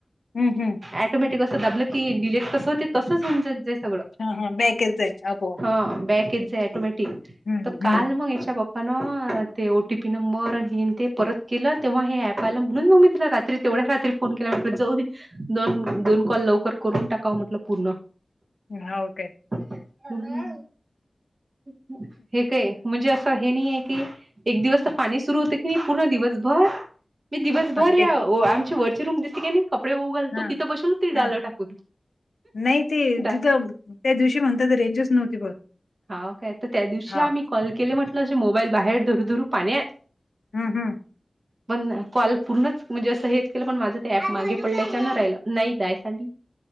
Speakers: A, on the left; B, on the right.
A: हम् हम्म.
B: ऑटोमॅटिक असं दाबलं की डिलीट कस होते तसच होऊ जायंय सगळं.
A: हा हा बॅकेत जाय आपोआप.
B: हा बॅकेच जाय ऑटोमॅटिक
A: हं,
B: तर काल
A: हं.
B: म ह्याच्या बाब ह ना अ ते ओ टी पी नंबर आणि हेअन् ते परत केलं तेव्हा हे ऍप आलं म्हणून मग मी तुला रात्री तेवढ्या रात्री फोन केला म्हणलं जाऊ दे दोन - दोन कॉल लवकर करून टाकावं म्हटलं. पूर्ण.
A: हा ओके.
B: हे काय ये? म्हणजे असं हे नाही आहे की एक दिवस तर पाणी सुरू होत की नाही पूर्ण दिवसभर. मी दिवसभर या
A: ते
B: वो आमची वरची रूम दिसते की नाही कपडे वाळ घालतो
A: हां,
B: तिथं बसल हो त
A: हां.
B: टाकून
A: नाही ते
B: डा
A: तिथं त्या दिवशी म्हणतात रेंजच नव्हती पह
B: हाव काय तर त्या दिवशी
A: हा.
B: आम्ही कॉल केले म्हटलं असे मोबाईल बाहेर धरु धरू पाण्यात.
A: हम्म हम्म.
B: पण कॉल पूर्णच म्हणजे असं हेच केलं पण माझं ते ऍप मागे पडल्याच्या ना राहिलं. नाही दय सांग